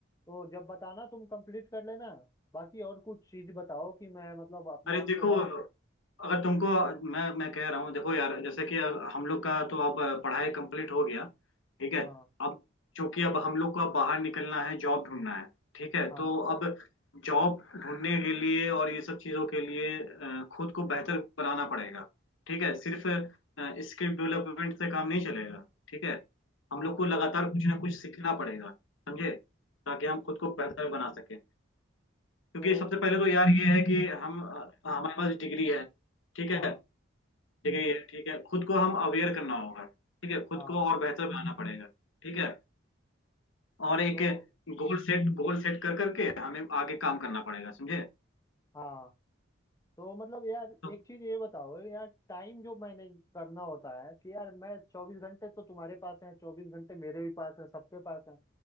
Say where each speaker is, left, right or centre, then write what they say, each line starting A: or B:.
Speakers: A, on the left (about 15°); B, on the left (about 80°).
A: तो जब बताना तुम कंप्लीट कर लेना बाकी और कुछ चीज बताओ कि मैं मतलब अपने
B: अरे
A: आप
B: देखो
A: को और
B: अगर तुमको मैं मैं कह रहा हूँ देखो यार जैसे कि अब हम लोग का तो अब पढ़ाई कंप्लीट हो गया ठीक है
A: हाँ
B: अब चूंकि अब हम लोग को अब बाहर निकलना है जॉब ढूंढना है ठीक है
A: हाँ
B: तो अब जॉब ढूंढने के लिए और ये सब चीज़ों के लिए अ, खुद को बेहतर बनाना पड़ेगा ठीक है सिर्फ स्किल डेवलपमेंट से काम नहीं चलेगा ठीक है
A: हाँ
B: हम लोग को लगातार कुछ ना कुछ सीखना पड़ेगा समझे ताकि हम खुद को बेहतर बना सके क्योंकि
A: तो
B: सबसे पहले तो यार ये है कि हम हमारे पास डिग्री है ठीक
A: हाँ
B: है डिग्री है ठीक है खुद को हम अवेयर करना होगा ठीक है खुद
A: हाँ
B: को और बेहतर बनाना पड़ेगा ठीक है और एक
A: तो
B: गोल सेट गोल सेट कर करके हमें आगे काम करना पड़ेगा समझे
A: हाँ तो मतलब यार
B: तो
A: एक चीज ये बताओ यार टाइम जो मैनेज करना होता है कि यार मैं चौबीस घंटे तो तुम्हारे पास है चौबीस घंटे मेरे भी पास है सबके पास है